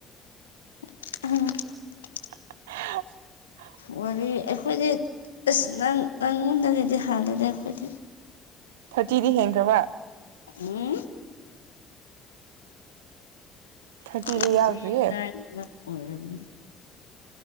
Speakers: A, on the left (about 80°); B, on the right (about 75°).
A: <unintelligible>
B: <inaudible>
A: ꯋꯥꯔꯤ ꯑꯩꯈꯣꯏꯗꯤ ꯑꯁ ꯅꯪ ꯅꯪꯉꯣꯟꯗꯒꯤꯗꯤ ꯍꯥꯂꯦꯗ ꯑꯩꯈꯣꯏꯗꯤ
B: ꯊꯥꯔꯇꯤꯗꯤ ꯍꯦꯟꯈ꯭ꯔꯕ
A: ꯎꯝ
B: ꯊꯥꯔꯇꯤꯗꯤ
A: ꯇ꯭ꯋꯦꯟꯇꯤ
B: ꯌꯥꯎꯗ꯭ꯔꯤꯌꯦ
A: ꯅꯥꯏꯟ <unintelligible> ꯑꯣꯏꯔꯝꯅꯤ꯫